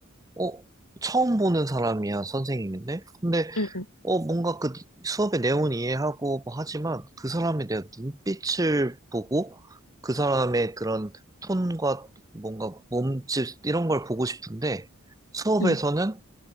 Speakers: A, on the right; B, on the left.
A: 어, 처음 보는 사람이야, 선생님인데? 근데,
B: 응, 응,
A: 어, 뭔가 그 수업의 내용은 이해하고 뭐 하지만 그 사람에 대한 눈빛을 보고 그 사람의 그런 톤과 뭔가 몸짓 이런 걸 보고 싶은데 수업에서는
B: 응.